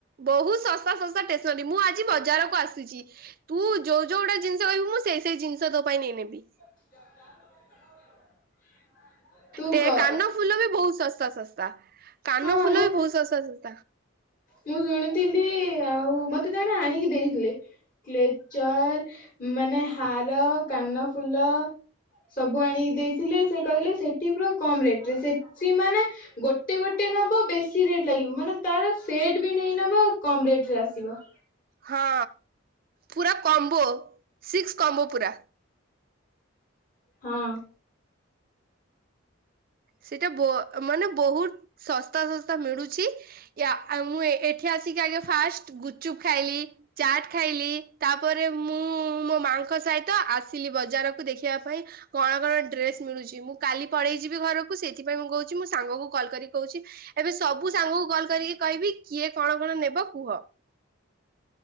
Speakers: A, on the right; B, on the left.
A: ବହୁତ ଶସ୍ତା ଶସ୍ତା ଷ୍ଟେସନାରୀ ମୁଁ ଆଜି ବଜାରକୁ ଆସିୁଛି ତୁ ଯୋଉ ଯୋଉ ଗୁଟା ଜିନିଷ କହିବୁ ମୁଁ ମୁଁ ସେଇ ସେଇ ଜିନିଷ ତୋ ପାଇଁ ନେଇ ନେବି।
B: <inaudible> ତୁ
A: ଟ
B: କ
A: କାନ ଫୁଲ ବି ବହୁତ ଶସ୍ତା ଶସ୍ତା କାନ
B: ହଁ
A: ଫୁଲ
B: ମୁଁ
A: ବି ବହୁତ ଶସ୍ତା ଶସ୍ତା।
B: ମୁଁ ଶୁଣିଥିଲି ଆଉ ମତେ ଜଣେ ଆଣିକି ଦେଇଥିଲେ। ଲେକ୍ଚର ମାନେ ହାର, କାନ ଫୁଲ ସବୁ ଆଣିକି ଦେଇଥିଲେ ସେ କହିଲେ ସେଠି ପୁରା କମ ରେଟ ରେ ସେଠି ମାନେ ଗୋଟେ ଗୋଟେ ନ ବେଶ ରେଟ ଲାଗିବ ମାନେ ତାର ସେଟ ବି ନେଇ ନ କମ ରେଟ ରେ ଆସିବ।
A: ହଁ ପୁରା କମ୍ବୋ ସିକ୍ସ କମ୍ବୋ ପୁରା
B: ହଁ।
A: ସେଇଟା ମାନେ ବହୁତ ଶସ୍ତା ଶସ୍ତା ମିଳୁଛି ମୁଁ ଏଠି ଆ ଫା ଗୁଚୁପ ଖାଇଲି ଚାଟ ଖାଇଲି ତାପରେ ମୁଁ ମୋ ମାସ ସହିତ ଆସିଲି ବଜାରକୁ ଦେଖିବା ପାଇଁ କଣ କଣ ଡ୍ରେସ୍ ମିଳୁଛି ମୁଁ କାଲି ପଳେଇ ଯିବି ଘରକୁ। ସେଇଥିପାଇଁ ମୁଁ କହୁଛି ମୁଁ ସାଙ୍ଗ କ କଲ୍ କରି କହୁଛି ଏବେ ସବୁ ସାଙ୍ଗ କ କଲ୍ କରିକି କହିବି କିଏ କଣ କଣ ନେବ କୁହ?